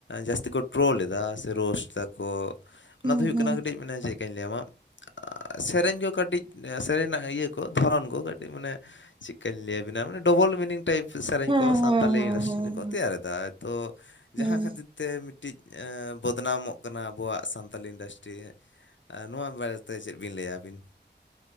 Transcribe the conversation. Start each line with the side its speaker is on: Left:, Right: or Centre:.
Left: ᱡᱟᱹᱥᱛᱤ ᱠᱚ ᱴᱨᱳᱞ ᱮᱫᱟ ᱥᱮ ᱨᱳᱥᱴ ᱫᱟᱠᱚ ᱚᱱᱟ
Right: ᱦᱩᱸ
Left: ᱫᱚ ᱦᱩᱭᱩᱜ
Right: ᱦᱩᱸ
Left: ᱠᱟᱱᱟ ᱠᱟᱹᱴᱤᱡ ᱢᱟᱱᱮ ᱪᱮᱫᱠᱟᱧ ᱞᱟᱹᱭᱟᱢᱟ᱾ ᱥᱮᱨᱮᱧ ᱠᱚ ᱠᱟᱹᱴᱤᱡ ᱥᱮᱨᱮᱧᱱᱟᱜ ᱤᱭᱟᱹ ᱠᱚ ᱫᱷᱚᱨᱚᱱ ᱠᱚ ᱠᱟᱹᱴᱤᱡ ᱢᱟᱱᱮ᱾ ᱠᱟ. ᱞᱟ. ᱭ ᱟᱵᱤᱱᱟ ᱢᱟᱱᱮ ᱰᱚᱵᱚᱞ ᱢᱤᱱᱤᱝ᱾ ᱴᱟᱭᱤᱯ ᱥᱮᱨᱮᱧ
Right: ᱦᱮᱸ
Left: ᱠᱚ ᱥᱟᱱᱛᱟᱞᱤ
Right: ᱦᱮᱸ ᱦᱮᱸ ᱦᱮᱸ
Left: ᱤᱱᱰᱟᱥᱴᱨᱤ ᱨᱮᱠᱚ
Right: ᱦᱮᱸ
Left: ᱛᱮᱭᱟᱨ ᱮᱫᱟ ᱛᱚ
Right: ᱦᱮᱸ
Left: ᱡᱟᱦᱟᱸ ᱠᱷᱟᱹᱛᱤᱨ ᱛᱮ᱾ ᱛᱮ ᱢᱤᱫᱴᱤᱡ ᱵᱚᱫᱱᱟᱢᱚᱜ ᱠᱟᱱᱟ ᱟᱵᱚᱣᱟᱜ ᱥᱟᱱᱛᱟᱞᱤ ᱤᱱᱰᱟᱥᱴᱨᱤ᱾ ᱟᱨ ᱱᱚᱣᱟ ᱵᱟᱨᱮᱛᱮ ᱪᱮᱫ ᱵᱤᱱ ᱞᱟᱹᱭᱟ ᱟᱹᱵᱤᱱ?